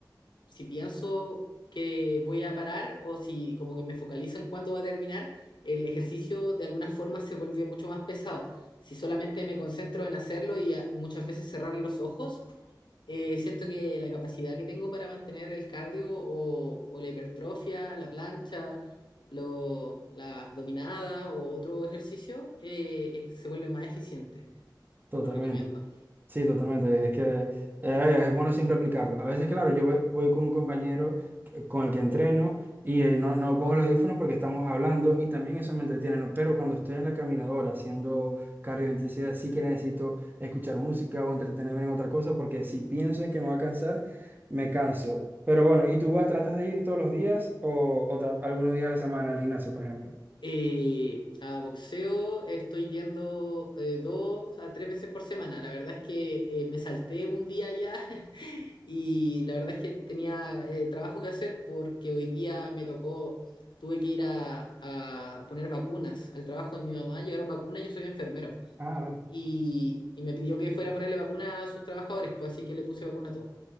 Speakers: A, on the left; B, on the right.
A: si pienso que voy a parar o si como que me focalizo en cuándo va a terminar, el ejercicio de alguna forma se vuelve mucho más pesado. Si solamente me concentro en hacerlo y a- muchas veces cerrar los ojos, eh, siento que la capacidad que tengo para mantener el cardio o, o la hipertrofia, la plancha, lo, la dominada o otro ejercicio eh, se vuelve más eficiente.
B: totalmente.
A: Lo recomiendo.
B: Sí, totalmente. Es que eh, es bueno siempre aplicarlo. A veces, claro, yo ve- voy con un compañero que- con el que entreno y eh, no, no pongo los audífonos porque estamos hablando y también eso me entretiene, ¿no? Pero cuando estoy en la caminadora haciendo cardio de intensidad, sí que necesito escuchar música o entretenerme en otra cosa porque si pienso en que me va a cansar, me canso. Pero bueno, ¿y tú vas, tratas de ir todos los días o, o tra- algunos días a la semana al gimnasio, por ejemplo?
A: Eh, a boxeo estoy yendo eh, dos a tres veces por semana. La verdad es que eh, me salté un día ya Y la verdad es que tenía eh, trabajo que hacer porque hoy día me tocó, tuve que ir a, a poner vacunas al trabajo de mi mamá, llegaron vacunas, yo soy enfermero.
B: Ah, vale.
A: Y, y me pidió que fuera a ponerle vacunas a sus trabajadores, pues así que le puse vacuna a todos.